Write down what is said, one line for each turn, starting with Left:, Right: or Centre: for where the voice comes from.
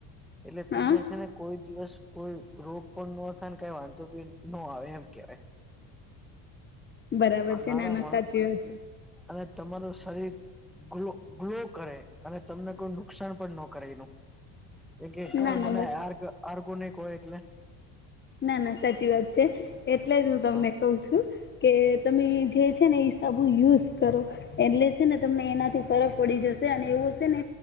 Centre: એટલે તમને
Left: હા
Centre: છેન, કોઈ દિવસ કોઈ રોગ પણ ન થાય ને કઈ વાંધો બી ન આવે એમ કેવાય
Left: બરાબર
Centre: હરામ,
Left: છે ના ના સાચી વાત
Centre: અને તમારું શરીર ગ્લો ગ્લો કરે અને તમને કોઈ નુકસાન પણ ન કરે એનુ કેમ કે
Left: છે
Centre: ઘર
Left: ના
Centre: બનાય
Left: ના બસ
Centre: આ કો ન કોય એટલે
Left: ના ના સાચી વાત છે. એટલે જ હું તમને
Centre: હા
Left: કહું છુ કે તમે જે છેને. એ હિસાબુ યુઝ કરો એટલે છે ને તમને એનાથી ફરક પડી જશે અને એવું છેને.